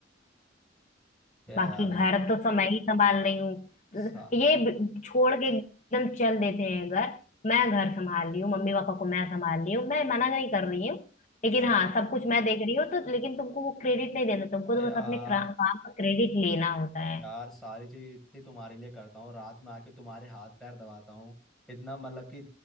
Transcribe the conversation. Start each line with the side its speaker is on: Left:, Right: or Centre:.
Centre: क्या
Left: बाकी
Centre: यार
Left: घर तो सब मैं ही संभाल रही हूँ
Centre: सा
Left: ये ब- छोड़ के एकदम चल देते हैं घर मैं घर संभाल रही हूँ मम्मी पापा को मैं संभाल रही हूँ मैं मना नहीं कर रही हूँ लेकिन
Centre: सा
Left: हाँ सब कुछ मैं देख रही हूँ तो लेकिन तुमको वो क्रेडिट नहीं देना तुमको
Centre: अ
Left: तो
Centre: यार
Left: बस अपने क्रा- काम का क्रेडिट लेना होता है
Centre: यार सारी चीज इतनी तुम्हारे लिए करता हूँ रात में आके तुम्हारे हाथ पैर दबाता हूँ इतना मतलब कि